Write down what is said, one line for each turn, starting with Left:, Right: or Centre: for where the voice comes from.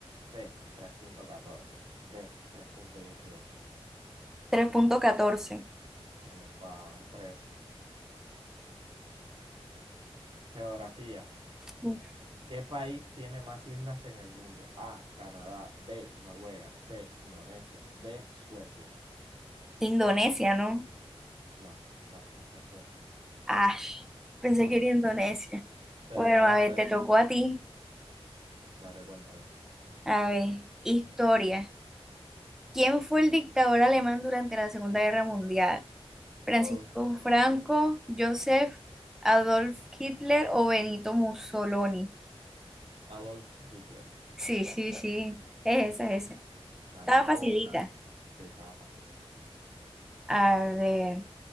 Right: C, 3.14. D, 3.18.
Centre: 3.14.
Right: Epa, van tres. Geografía.
Centre: Uf,
Right: ¿Qué país tiene más islas en el mundo? A, Canadá. B, Noruega. C, Indonesia. D, Suecia.
Centre: Indonesia, ¿no?
Right: No, la respuesta es Suecia.
Centre: Ash. Pensé
Right: Bueno,
Centre: que era Indonesia.
Right: te
Centre: Bueno,
Right: duraron
Centre: a ver,
Right: tres.
Centre: te tocó a ti.
Right: Dale, cuéntame.
Centre: A ver, historia. ¿Quién fue el dictador alemán durante la Segunda Guerra Mundial? ¿Francisco
Right: Adolf,
Centre: Franco, Joseph Adolf Hitler o Benito Mussolini?
Right: Adolf Hitler.
Centre: Sí, sí, sí, es esa, es esa.
Right: Dale,
Centre: Estaba
Right: llevo
Centre: facilita.
Right: una. Sí, estaba fácil.
Centre: A ver,